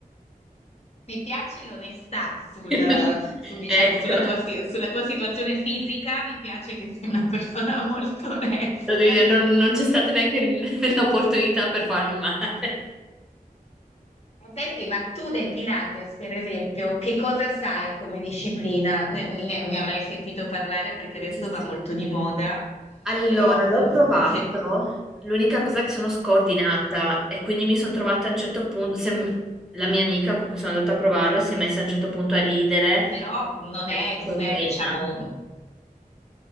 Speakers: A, on the left; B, in the centre.
A: Mi piace l'onestà sul,
B: <laughs>
A: su, diciamo,
B: Ecco,
A: sulla
B: lo
A: tua, si- sulla tua situazione fisica, mi piace che sei una persona <laughs> molto onesta.
B: devi dire, non, non c'è stata neanche il- <laughs> l'opportunità per farmi male. <laughs>
A: Senti, ma tu del Pilates, per esempio, che cosa sai come disciplina? Ne, ne- ne avrai sentito parlare perché adesso
B: Sì, sì.
A: va molto di moda,
B: Allora,
A: però,
B: l'ho
A: mm,
B: provato.
A: se-
B: L'unica cosa è che sono scordinata e quindi mi sono trovata a un certo punto. se- la mia amica con cui sono andata a provarlo si è messa a un certo punto a ridere
A: però non
B: perché
A: è,
B: facevo
A: non è,
B: pena.
A: diciamo,